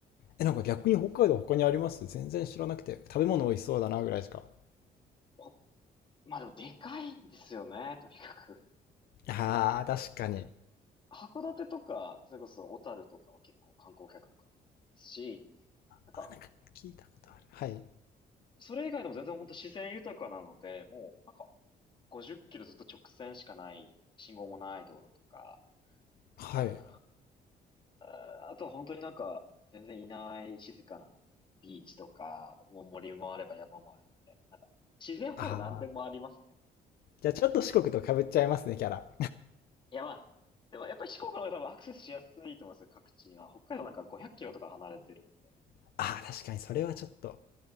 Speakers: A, on the left (about 70°); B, on the left (about 30°).
A: え、なんか逆に北海道他にあります全然知らなくて。食べ物美味しそうだなぐらいしか。
B: こ、まあでもでかいんですよね、とにかく。<laughs>
A: ああ、
B: ま
A: 確かに。
B: あ、函館とか、それこそ小樽とかは結構観光客の方多いですし、なんか、
A: あ、なんか聞いたことある。はい。
B: それ以外でも全然本当自然豊かなので、もう、なんか、50キロずっと直線しかない、信号もない道路とか、
A: はい。
B: あの、ああとは本当になんか、全然いない静かなビーチとか、もう森もあれば山もあればみたいな。なんか、自然は多分何でもありますね。
A: ああ、じゃあちょっと四国と被っちゃいますね、キャラ。
B: いやまあ、でもやっぱり四国の方が多分アクセスしやすいと思いますよ、各地には。北海道なんか500キロとか離れてるんで。
A: <laughs> ああ、確かにそれはちょっと、